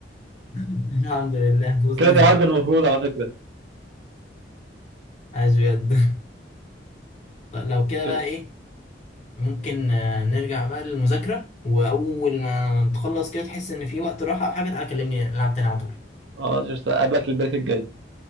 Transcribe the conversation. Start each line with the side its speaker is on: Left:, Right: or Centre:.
Left: <laughs> الحمد لله فوزنا
Right: كده تعادل المفروض على فكرة
Left: عاش بجد طب لو كده
Right: كده
Left: بقى ايه ممكن آه، نرجع بقى للمذاكرة وأول ما نتخلص كده تحس إن في وقت راحة أو حاجة تعالى كلمني نلعب تاني على طول
Right: اه قبلك البريك الجاي